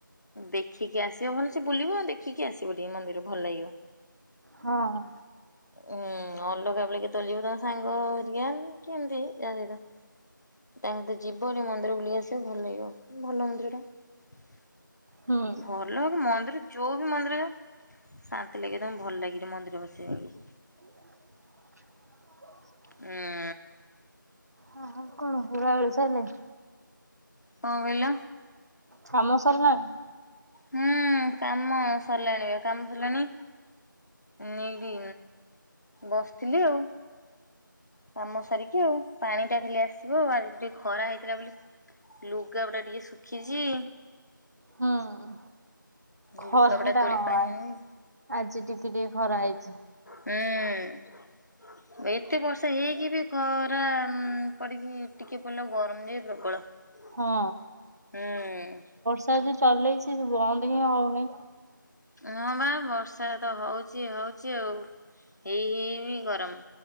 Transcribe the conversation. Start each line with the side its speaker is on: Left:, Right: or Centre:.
Left: ଦେଖିକି ଆସିବ ଭଲ୍ ସେ ବୁଲିବ ଦେଖିକି ଆସିବ ଟିକେ ମନ୍ଦିର ଭଲ ଲାଗିବ।
Right: ହଁ।
Left: ଉୁଁ ଅଲଗା ବେଳେ କେତେବେଳୁ ଯିବୁ ତମ ସାଙ୍ଗ ହେରିକା କେମିତି ଯାହା ସହିତ। ଏମିତି ଯିବ ଯୋଉ ମନ୍ଦିର ବୁଲିକି ଆସିବ ଭଲ ଲାଗିବ ଭଲ ମନ୍ଦିର ଟା।
Right: ହୁଁ।
Left: ଭଲ ମନ୍ଦିର ବି। ଯୋଉ ବି ମନ୍ଦିର ଶାନ୍ତି ଲାଗେ ତମ ଭଲ ଲାଗେ ମନ୍ଦିର ବସିବା ଲାଗି।
Right: <unintelligible>
Left: ହୁଁ।
Right: ହଁଆଉ କଣ ଉଳାଉଳି ସଇଲେଇ।
Left: କଣ କହିଲ।
Right: କାମ ସରିଲାଣି?
Left: ହୁଁ କାମ ସରିଲାଣି ବା କାମ ସରିଲାଣି। ନିଡ଼ି ବସିଥିଲି ଆଉ। କାମ ସାରିକି ଆଉ ପାଣି ଟା ଖାଲି ଆସିବ ଆଜି ଟିକେ ଖରା ହେଇଥିଲା ବୋଲି ଲୁଗାପଟା ଟିକେ ଶୁଖିଛି।
Right: ହୁଁ ଖରା
Left: ଲୁଗାପଟା
Right: ଟା
Left: ତୋଳି
Right: ହଁ
Left: ପାଣି ଆଣିବି।
Right: ଆଜି ଟିକେ ଟିକେ ଖରା ହେଇଛି।
Left: ହୁଁ ଏତେ ବର୍ଷା ହେଇକି ବି ଖରା ପଡିକି ଟିକେ ପଡିଲା ବେଳୁ ଗରମ ଯେ ପ୍ରବଳ ହୁଁ।
Right: ହଁ ସେ ଆଜି ଚଲେଇଛି ବନ୍ଦ ହିଁ ହଉନି।
Left: ହଁ ବା ବର୍ଷା ତ ହଉଛି -ହଉଛି ଆଉ ହେଇ- ହେଇ ବିି ଗରମ।